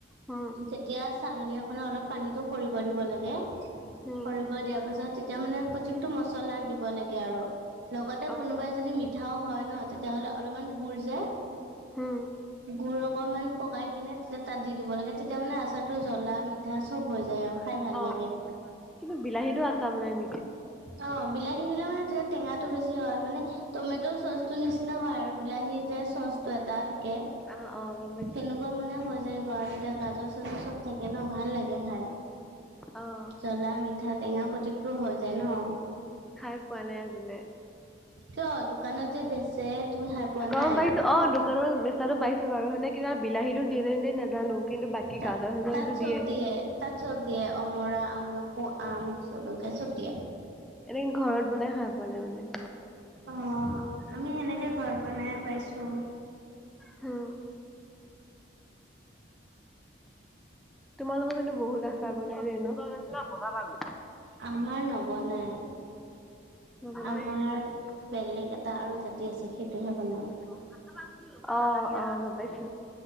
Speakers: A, in the centre; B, on the right.
A: হুম,
B: তেতিয়া চালনী এখনত অলপ পানীতটো সৰি পৰিব লাগে। সৰিব
A: হুম,
B: দিয়াৰ পাছত তেতিয়া মানে প্ৰত্যেকটো মছলা দিব লাগে আৰু লগতে
A: অ',
B: কোনোবাই যদি মিঠাও হয় ন' তেতিয়াহ'লে অলপমান গুৰ যে
A: হুম।
B: গুৰ অকণমান পগাই কিনে তে তাত দি দিব লাগে তেতিয়া মানে আচাৰটো জ্বলা মিঠা চব হৈ যায় আৰু। খাই ভাল
A: অ'
B: লাগে।
A: কিন্তু বিলাহীতটো আচাৰ বনাই নেকি
B: অ' বিলাহী দিলে মানে তেতিয়া টেঙা টো চচ টো বেছি হয় মানে টমেট' চচটো নিচিনা হয় আৰু বিলাহী যে চচ চুৱেটাৰ থাকে
A: অ', অ', গম পাইছোঁ।
B: সেনেকা <unintelligible> মানে হৈ যায় গ' তেতিয়া গাজৰ চাজৰ চব থাকে ন ভাল লাগে খাই।
A: অ'
B: জলা মিঠা টেঙা প্ৰত্যেকটো হৈ যায় ন'
A: খাই পোৱা নাই আজিলৈ
B: কিয় দোকানত যে বেচে তুমি খাই পোৱা
A: গম
B: নাই
A: পাইছোঁ, অ', বেচাটো পাইছো বাৰু সেনে কিবা বিলাহীতো দিয়ে নিদে নাজানো কিন্তু বাকী
B: তাত
A: গাজৰ চাজৰো
B: তাত চব
A: দিয়ে।
B: তাত চব দিয়ে অমৰা, আমলকো, আম, জলকীয়া চব দিয়ে।
A: এনেকে ঘৰত বনাই খায় পোৱা নাই মানে তেনেকৈ।
B: অঁ 'আমি এনেকে ঘৰত বনাই পাইছোঁ।
A: হম। তোমালোকৰ কিন্তু বহুত আচাৰ বনাই দেই ন? <unintelligible>
B: আমাৰ নবনাই।
A: নবনাই?
B: আমাৰ বেলেগ এটা আৰু জাতি আছে সেইটোহে বনাই।
A: <inaudible> অ' অ' গম পাইছোঁ।